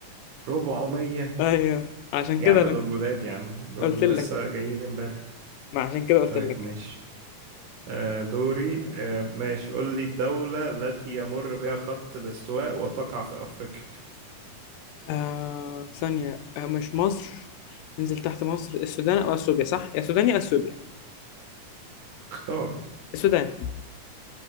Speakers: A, on the right; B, on the left.
A: ربعمية
B: ايوه عشان
A: يا
B: كده
A: عم
B: أنا
A: دول جداد يا عم دول
B: قلت لك
A: لسه جايين امبارح
B: ما عشان كده قلت
A: طيب
B: لك
A: ماشي آه دوري آه ماشي قول لي الدولة التي يمر بها خط الاستواء وتقع في أفريقيا
B: آه ثانية آه مش مصر ننزل تحت مصر السودان او اثيوبيا صح يا سودان يا اثيوبيا
A: اختار
B: السودان